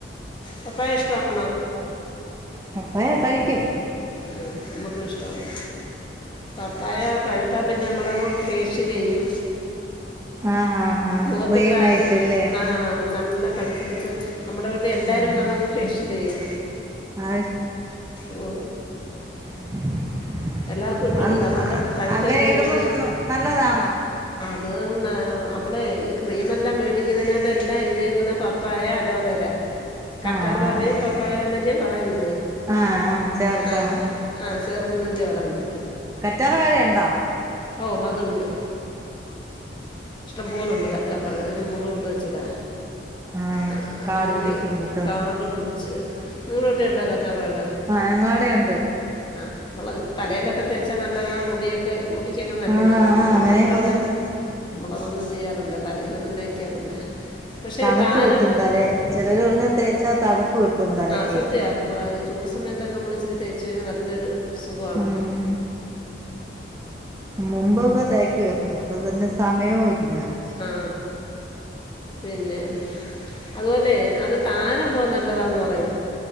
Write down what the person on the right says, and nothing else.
പപ്പായ കഴിക്കും
ആ ആ ആ
ക്രീം ആയിറ്റ് ല്ലേ
ആഹ്
ആഹ്
<inaudible>
അതെന്താ
അങ്ങനെ
ഇടുമ്പോ
നല്ലതാണോ
ആഹ് ആഹ്
ആഹ് ആഹ് ചേർക്കണം
കറ്റാർവാഴണ്ടോ
ആഹ്
കാട്
പിടിക്കും പെട്ടെന്ന്
ആഹ് ഞങ്ങടെ ഉണ്ട്
ആഹ് ആഹ് അങ്ങനെയും
പറഞ്ഞു
തണുപ്പ്
കിട്ടും തലേ ചിലര് പറഞ്ഞ തേച്ചാ തണുപ്പ് കിട്ടും തലയ്ക്ക്
ഉം മുമ്പൊക്കെ തേക്കായിരുന്നു അപ്പൊ തന്നെ സമയവും ഇല്ല